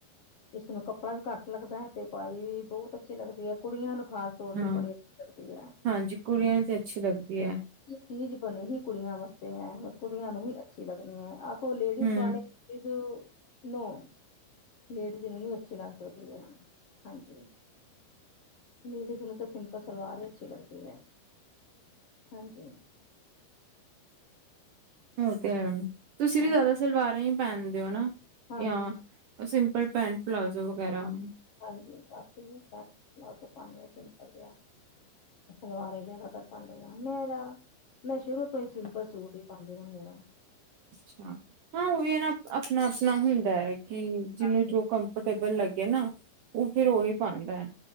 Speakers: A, on the left (about 75°); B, on the right (about 80°).
A: ਇਸਨੂੰ ਕੱਪੜਾ ਵੀ ਘੱਟ ਲੱਗਦਾ ਹੈ, ਤੇ ਪਾਈ ਵੀ ਬਹੁਤ ਅੱਛੀ ਲੱਗਦੀ ਹੈ ਕੁੜੀਆਂ ਨੂੰ ਖਾਸ ਤੋਰ
B: ਹਾਂ
A: ਤੇ ਬੜੀ ਅੱਛੀ ਲੱਗਦੀ ਹੈ।
B: ਹਾਂਜੀ ਕੁੜੀਆਂ ਤੇ ਅੱਛੀ ਲੱਗਦੀ ਹੈ
A: ਇਹ ਚੀਜ਼ ਬਣੀ ਹੀ ਕੁੜੀਆਂ ਵਾਸਤੇ ਹੈ, ਕੁੜੀਆਂ ਨੂੰ ਹੀ ਅੱਛੀ ਲੱਗਦੀ ਹੈ। ਕੋਈ ਲੇਡੀਜ਼
B: ਹੂੰ
A: ਪਾਲੇ। <unintelligible> ਨੋ ਲੇਡੀਜ਼ ਨੂੰ ਨੀ ਅੱਛੀ ਲੱਗ ਸਕਦੀ ਆ ਹਾਂਜੀ। ਲੇਡੀਜ਼ ਨੂੰ ਤਾਂ ਸਿੰਪਲ ਸਲਵਾਰ ਹੀ ਅੱਛੀ ਲੱਗਦੀ ਹੈ ਹਾਂਜੀ।
B: ਉਹ ਤੇ ਹੈ ਤੁਸੀਂ
A: ਹਾਂਜੀ,
B: ਵੀ ਜ਼ਿਆਦਾ ਸਲਵਾਰਾਂ ਈ ਪਹਿਨਦੇ ਹੋ ਨਾ
A: ਹਾਂਜੀ
B: ਜਾਂ ਪਰ ਪੈਂਟ ਪਲਾਊਜ਼ੋ ਵਗੈਰਾ।
A: ਹਾਂਜੀ ਬਸ ਪਲਾਜ਼ੋ ਪਾਉਂਦੇ ਹਾ ਸਿੰਪਲ ਜਿਹਾ। ਸਲਵਾਰਾਂ ਜ਼ਿਆਦਾਤਰ ਪਾਨੀ ਆ। ਮੇਰਾ ਤਾਂ ਮੈਂ ਸ਼ੁਰੂ ਤੋਂ ਹੀ ਸਿੰਪਲ ਸੂਟ ਹੀ ਪਾਉਂਦੀ ਰਹਿੰਦੀ ਹਾਂ।
B: ਅੱਛਾ ਹਾਂ। ਉਹ ਵੀ ਹਾ ਨਾ ਆਪਣਾ-ਆਪਣਾ ਹੁੰਦਾ ਹੈ ਕਿ ਜਿਹਨੂੰ
A: ਹਾਂਜੀ
B: ਜੋ ਕੰਫ ਕੰਮਫਰਟੇਬਲ ਲੱਗੇ ਨਾ ਉਹ ਫੇਰ ਉਹੀ ਪਾਣਦਾ